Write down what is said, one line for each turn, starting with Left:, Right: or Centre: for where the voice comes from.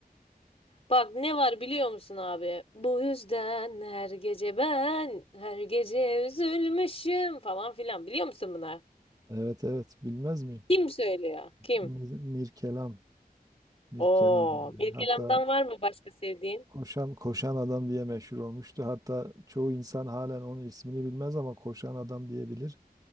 Left: Bak ne var biliyor musun abi? Bu yüzden her gece ben her gece üzülmüşüm falan filan. Biliyor musun buna?
Right: Evet evet bilmez miyim?
Left: Kim söylüyor? Kim?
Right: Mir, Mir Kelam, Mir
Left: Oo,
Right: Kelam.
Left: Mirkelam'dan
Right: Hatta
Left: var mı başka sevdiğin?
Right: Koşan koşan adam diye meşhur olmuştu. Hatta çoğu insan halen onun ismini bilmez ama koşan adam diyebilir.